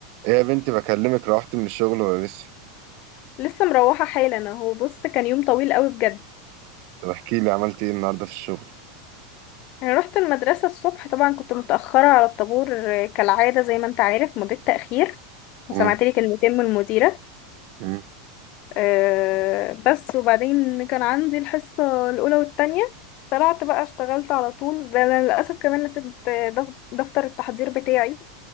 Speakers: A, on the right (about 55°); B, on the left (about 45°).
A: ايه يا بنتي بكلمك روحت من الشغل ولا لسه
B: لسه مروحة حالا اهو بص كان يوم طويل قوي بجد
A: طب احكي لي عملت ايه النهارده في الشغل
B: انا رحت المدرسة الصبح طبعا كنت متأخرة على الطابور آه، كالعادة زي ما انت عارف مضيت تأخير وسمعت
A: امم
B: لي كلمتين من المديرة
A: امم
B: أه بس وبعدين كان عندي الحصة الأولى والتانية طلعت بقى اشتغلت على طول ده أنا للأسف كمان نسيت آه، دف- دفتر التحضير بتاعي